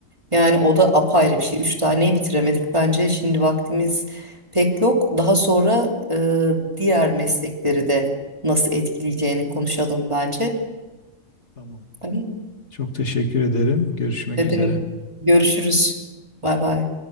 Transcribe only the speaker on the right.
Yani o da apayrı bir şey. Üç taneyi bitiremedik bence. Şimdi vaktimiz pek yok. Daha sonra e, diğer meslekleri de nasıl etkileyeceğini konuşalım bence.
Tamam.
Ne
demek? Görüşürüz. Bay bay.